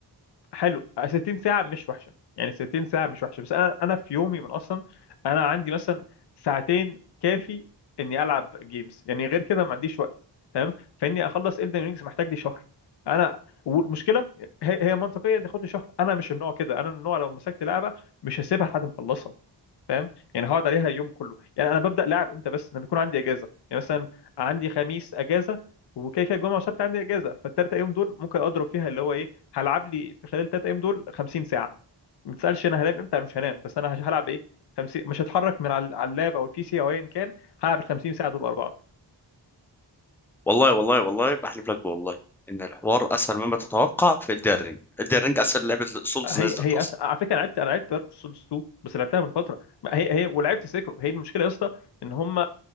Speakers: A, on the left; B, in the centre.
A: حلو 60 ساعة مش وحشة يعني 60 ساعة مش وحشة بس أنا أنا في يومي من أصلا أنا عندي مثلا ساعتين كافي إني ألعب جيمز يعني غير كده ما عنديش وقت تمام فإني أخلص إلدن رينجز محتاج لي شهر أنا والمشكلة هي هي منطقية تاخد لي شهر أنا مش النوع كده أنا النوع لو مسكت لعبة مش هسيبها لحد ما أخلصها فاهم يعني هقعد عليها يوم كله يعني أنا ببدأ لعب إمتى بس لما يكون عندي إجازة يعني مثلا عندي خميس إجازة وكده كده الجمعه والسبت عندي اجازه فالثلاث ايام دول ممكن اضرب فيها اللي هو ايه هلعب لي في خلال الثلاث ايام دول 50 ساعه ما تسالش انا هنام امتى أنا مش هنام بس انا هش- هلعب ايه 50 مش هتحرك من على على اللاب او البي سي او ايا كان هلعب ال 50 ساعه دول ورا بعض
B: والله والله والله بحلف لك بالله ان الحوار اسهل مما تتوقع في إلدر رينج إلدر رينج اسهل لعبه سولز
A: هي
B: نزلت
A: هي
B: اصلا
A: أس... على فكره انا لعبت انا لعبت دارك سولز 2 بس لعبتها من فتره ما هي هي ولعبت سيكرو هي المشكله يا اسطى ان هم